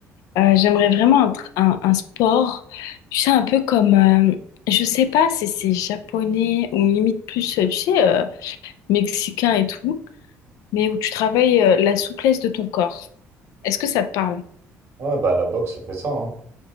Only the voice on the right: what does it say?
Ouais,
ouais, bah la boxe, ça fait ça, hein.